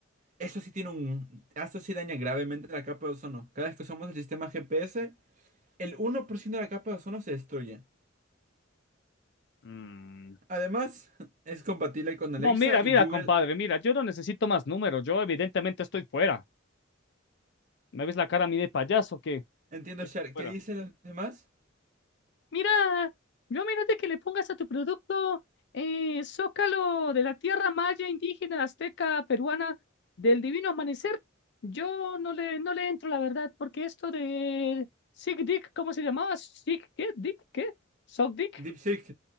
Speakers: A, on the right; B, on the left.
A: eso sí tiene un... Eso sí daña gravemente la capa de ozono. Cada vez que usamos el sistema GPS, El uno por ciento de la capa de ozono se destruye.
B: mm,
A: Además, <laughs> es compatible con Alexa
B: No, mira,
A: y
B: mira,
A: Google.
B: compadre, mira, yo no necesito más números, yo evidentemente estoy fuera. ¿Me ves la cara a mí de payaso que
A: Entiendo, Char.
B: fuera?
A: ¿Qué dicen los demás?
B: Mira, yo menos de que le pongas a tu producto eh, Zócalo de la tierra maya, indígena, azteca, peruana, del divino amanecer, yo no le, no le entro, la verdad, porque esto de Sig Dick, ¿cómo se llamaba? Sig, ¿qué? Dick, ¿qué? Sock Dick.
A: DeepSeek.